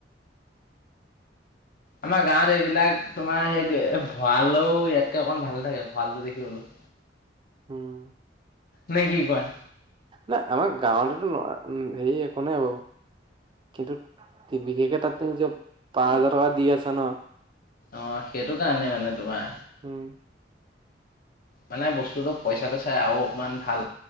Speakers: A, on the left (about 55°); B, on the right (about 30°).
A: আমাৰ গাঁৱত এইবিলাক তোমাৰ সেইতোয়ে ভঁৰালও ইয়াতকে অকন ভালে থাকে ভঁৰালটো দেখিবলো।
B: উম
A: নে কি কয়?
B: নাই আমাৰ গাঁৱতেতো হেৰি একো নাই বাৰু। কিন্তু বিশেষকে তাতো নিজৰ পাচ হাজাৰ টকা দি আছা ন।
A: অ', সেইটো কাৰণে মানে তোমাৰ।
B: উম।
A: মানে বস্তুটো পইচাটো চাই আৰু অকনমান ভাল।